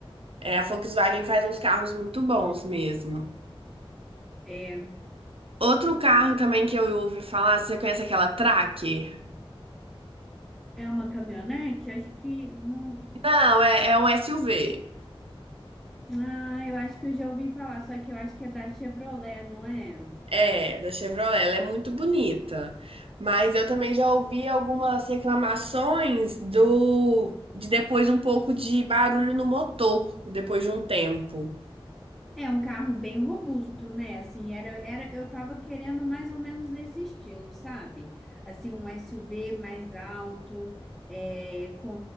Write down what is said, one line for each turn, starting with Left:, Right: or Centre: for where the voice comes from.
Right: É, a Volkswagen faz uns carros muito bons mesmo.
Centre: É,
Right: Outro carro também que eu ouvi falar, você conhece aquela Tracker?
Centre: é uma caminhonete? Acho que não.
Right: Não, é, é um SUV.
Centre: Ah, eu acho que eu já ouvi falar, só que eu acho que é da Chevrolet, não é?
Right: É, da Chevrolet. Ela é muito bonita. Mas eu também já ouvi algumas reclamações do de depois um pouco de barulho no motor, depois de um tempo.
Centre: É um carro bem robusto, né? Assim, era, era, eu tava querendo mais ou menos nesse estilo, sabe? Assim, um SUV mais alto, é, com